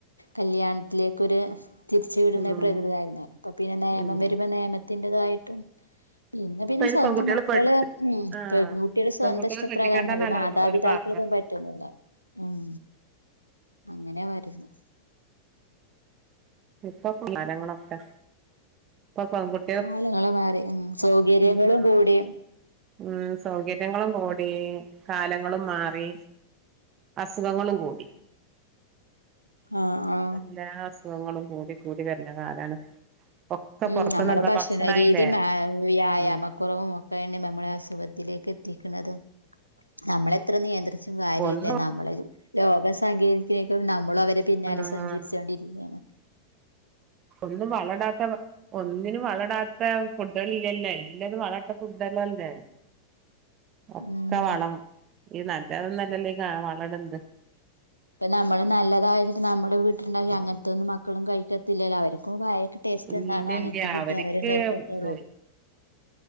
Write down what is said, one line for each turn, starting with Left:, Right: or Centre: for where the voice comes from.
Left: കല്യാണത്തിലേക്കൊരു തിരിച്ചുവിടുന്ന
Right: ഉം
Left: പ്രകൃതി യിരുന്നു അപ്പൊ പിന്നെ നിയമം
Right: ഉം
Left: വരുമ്പോ നിയമത്തിറേതായിട്ടും ഇന്ന്
Right: ഇപ്പ
Left: പിന്നെ
Right: അയിന്
Left: സ്വന്തം
Right: പെൺകുട്ടികള്
Left: മക്കള്
Right: പഠിച്ച്
Left: ഉ
Right: ആഹ്
Left: പെൺകുട്ടികളെ സ്വന്തം
Right: പെൺകുട്ടികളെ
Left: ഇഷ്ടപ്രകാരമാണ്
Right: കെട്ടിക്കണ്ടാന്നല്ല
Left: മാതാപിതാക്കളെ
Right: അവര് അവര് പറഞ്ഞത്
Left: പറ്റ ഉം അങ്ങനെ വരുന്നെ
Right: ഇപ്പൊ സ്ലങ്ങളൊക്കെ ഇപ്പൊ പെൺകുട്ട
Left: കാലങ്ങള്ൾ മാറി ഉ സൗകര്യങ്ങളും
Right: ഉം
Left: കൂടി
Right: ഉം സൗകര്യങ്ങളും കൂടി കാലങ്ങളും മാറി അസുഖങ്ങളും കൂടി
Left: ആഹ ആ
Right: എല്ലാ അസുഖങ്ങളും കൂടി കൂടി വ ര്ന കാലാണ് ഒക്കെ
Left: ഉം
Right: പുറത്തുന്നുള്ള
Left: നമ്മള ഭക്ഷണരീതി
Right: ഭക്ഷണായില്ലേ
Left: വ്യായാമം
Right: ഉം
Left: കുറവും ഒക്കെ എണ്ണയും നമ്മളെ അസുഖത്തിലേക്ക് എത്തിക്കുന്നത് നമ്മളെ ത്ര നിയന്ത്രിച്ചും കാര്യമല്ല
Right: ഒന്നും
Left: നമ്മളെ ലോക സാങ്കേതിക നമ്മളു അവ പിന്നാലെ
Right: ആഹ്
Left: സഞ്ചരിച്ചോണ്ടിരിക്കുകയാണ്
Right: ഒന്നും വളടാത്ത ഭ ഒന്നിനും വളടാത്ത ഫുഡുകൾ ഇല്ലല്ലോ എല്ലാരും വളട്ട ഫുഡല്ലാല്ലെ ഒക്കെ
Left: ഉം
Right: വളം ഈ നല്ലതൊന്നല്ലല്ലേ വള ട്ന്ന <inaudible>
Left: ഇപ്പ നമ്മള് നല്ലതായ നമ്മള വീട്ടിലുണ്ടാക്കി അങ്ങനത്തെന്നും മക്കളും കഴിക്കത്തില്ലല്ലോ അവർക്കും വയ ടേസ്റ്റ്
Right: ഇല്ല
Left: എന്താണോ അങ്ങനത്തെ
Right: ഇല്ല
Left: ഫുഡെ
Right: അവർക്ക്
Left: അവരും കഴിക്കത്തുള്ളൂ.
Right: ഇത്